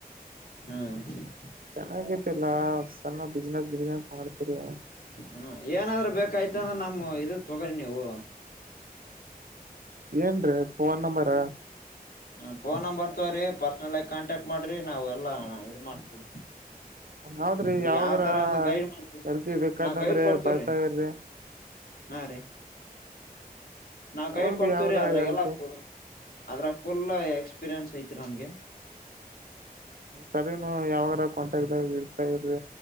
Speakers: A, on the left; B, on the right.
A: ಹ್ಮ್
B: ಚೆನ್ನಾಗೈತಿಲ್ಲಾ ಸಣ್ಣ ಬಿಸ್ನೆಸ್ ಗಿಸ್ನೆಸ್ ಮಾಡ್ತಿರಿ.
A: ಹ್ಮ ಏನಾದ್ರೂ ಬೇಕಾಯ್ತು ಅಂದ್ರೆ ನಮ್ಮ್ ಇದು ತೊಗೊಳ್ಳಿ ನೀವು.
B: ಏನ್ರೀ ಫೋನ್ ನಂಬರ?
A: ಹ ಫೋನ್ ನಂಬರ್ ತೋರಿ ಪರ್ಸ್ನಲ್ ಆಗಿ ಕಾಂಟ್ಯಾಕ್ಟ್ ಮಾಡ್ರಿ ನಾವ್ ಎಲ್ಲ ಇದ್ ಮಾಡ್ತೀವಿ.
B: ಹೌದ್ರಿ
A: ನೀ
B: ಯಾವಾಗರ
A: ಯಾವ್ ತರಂದ ಗೈಡ್ ಮಾಡ್ತೀವಿ
B: ಎಲ್ಪಿ ಬೇಕಾದಂದ್ರೆ
A: ನಾವ ಗೈಡ್ ಕೊಡ್ತೇವ್ರೀ.
B: ಬರ್ತಾ ಇರ್ರಿ
A: ಹಾ ರೀ ನಾವ್ ಗೈಡ್
B: ಅವಾಗ
A: ಕೊಡ್ತೇವ್ರೀ
B: ಬಿ ಯಾವಾರ
A: ಅದ್ರಾಗೆಲ್ಲ
B: ಹೇಳ್ತೆ
A: ಫುಲ್ ಅದ್ರಾಗ ಫುಲ್ ಎಕ್ಸ್ಪೀರಿಯನ್ಸ್ ಐತ್ರಿ ನಮ್ಗೆ.
B: ಸರಿ ನೀವ್ ಯಾವಾಗ ಕಂಟ್ಯಾಗ್ದಾಗ ಇರ್ತಾ ಇರಿ